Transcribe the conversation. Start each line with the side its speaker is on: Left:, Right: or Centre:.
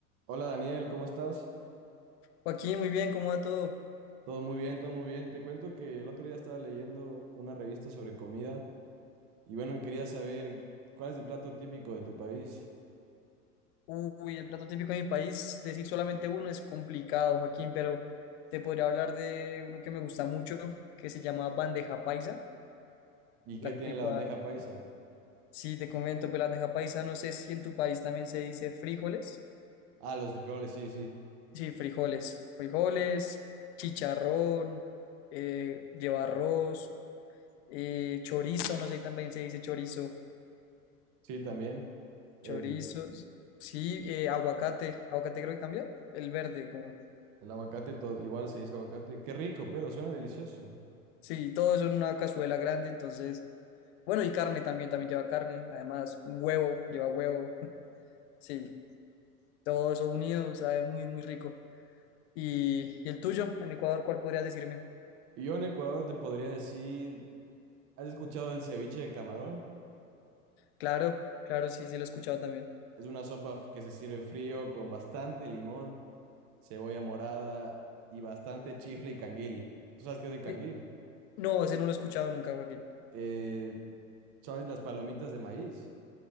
Right: Hola Daniel, ¿cómo estás?
Left: Joaquín, muy bien, ¿cómo va todo?
Right: Todo muy bien, todo muy bien. Te cuento que el otro día estaba leyendo una revista sobre comida y bueno, y quería saber cuál es el plato típico de tu país
Left: Uy, el plato típico de mi país, decir solamente uno es complicado, Joaquín, pero te podría hablar de uno que me gusta mucho, que se llama bandeja paisa,
Right: y
Left: la,
Right: qué tiene
Left: el
Right: la
Left: cual,
Right: bandeja paisa.
Left: sí, te comento, pero la bandeja paisa, no sé si en tu país también se dice frijoles.
Right: Ah, los frijoles, sí, sí.
Left: Sí, frijoles, frijoles, chicharrón, eh, lleva arroz, eh, chorizo, no sé si también se dice chorizo,
Right: Sí, también. El,
Left: chorizo, sí, eh, aguacate, aguacate creo que cambia, el verde, como...
Right: el aguacate, to- igual se dice aguacate. Qué rico, pero suena delicioso.
Left: Sí, todo eso en una cazuela grande, entonces, bueno, y carne también, también lleva carne, además, un huevo, lleva huevo, <laughs> sí, todo eso unido, sabe muy, muy rico. ¿Y, y el tuyo, en Ecuador, cuál podrías decirme?
Right: Y yo en Ecuador te podría decir, ¿has escuchado del ceviche de camarón?
Left: Claro, claro, sí, sí, lo he escuchado también.
Right: Es una sopa f- que se sirve frío con bastante limón, cebolla morada y bastante chifle y canguil. ¿Tú sabes qué es el canguil?
Left: Eh, No, ese no lo he escuchado nunca, Joaquín.
Right: Eh, ¿sabes las palomitas de maíz?